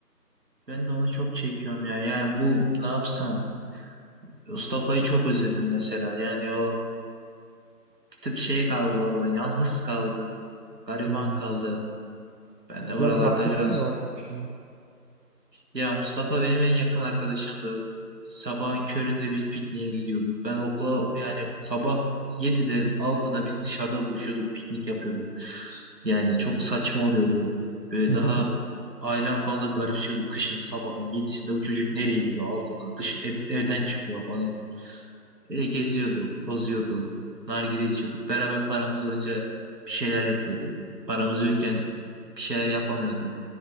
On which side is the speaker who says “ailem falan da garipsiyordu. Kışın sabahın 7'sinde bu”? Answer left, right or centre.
Right